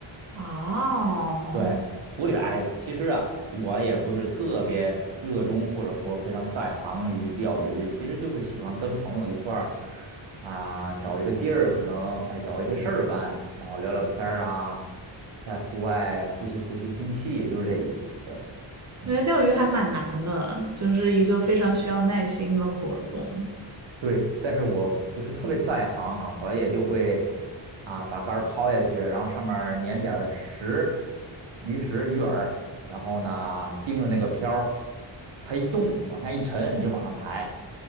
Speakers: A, on the right; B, on the right.
A: 哦，
B: 对，湖里边，哎呀，其实啊，我也不是特别热衷，或者说非常在行于钓鱼，其实就是喜欢跟朋友一块儿啊，找一个地儿，可能哎找一个事儿干，然后聊聊天儿啊，在户外呼吸呼吸空气，也就是这意思。对。
A: 我觉得钓鱼还蛮难的，就是一个非常需要耐心的活动。
B: 对，但是我不是特别在行啊，我也就会啊把杆儿抛下去，然后上面儿粘点儿石、鱼食、鱼饵，然后呢盯着那个漂儿，它一动往下一沉，你就往上抬，